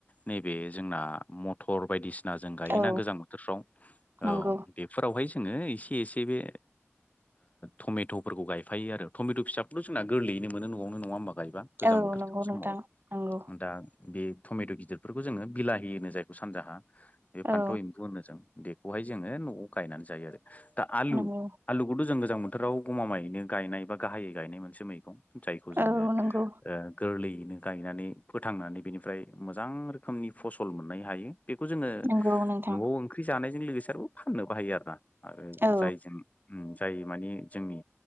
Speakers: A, on the left; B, on the right.
A: नैबे जोंना मथर बायदिसिना। ना जों गायोना
B: औ
A: गोजां बोथोरफ्राव
B: नंगौ
A: बेफोरावहाय जोङो एसे एसे बे टमेट'फोरखौ गायफायो आरो। टमेट' फिसाखौथ' जोंना गोरलैयैनो मोनो न'आवनो नङा होमबा गायबा गोजां
B: औ
A: बोथोर
B: नंगौ
A: समाव
B: नोंथां नंगौ
A: दा बे टमेट' गिदिरफोरखौ जोङो बिलाहि होनो जायखौ सानजाहा बे फान्थाव।
B: औ
A: होनो जों बेखौहाय जोङो न'आव गायनानै जायो आरो दा आलु
B: नंगौ
A: आलुखौथ' जों गोजां बोथोराव गमामायैनो गायनाय बा गाहायै गायनाय मोनसे मैगं जायखौ
B: औ
A: जोङो।
B: नंगौ
A: गोरलैयैनो गायनानै फोथांनानै बेनिफ्राय मोजां रोखोमनि फसल मोननो हायो। बेखौ जोङो
B: नंगौ नोंथां
A: न'आव ओंख्रि जानायजों लोगोसे आरो फाननोबो बाहायो आरो ना
B: औ
A: जायजों‌ जाय मानि जोंनि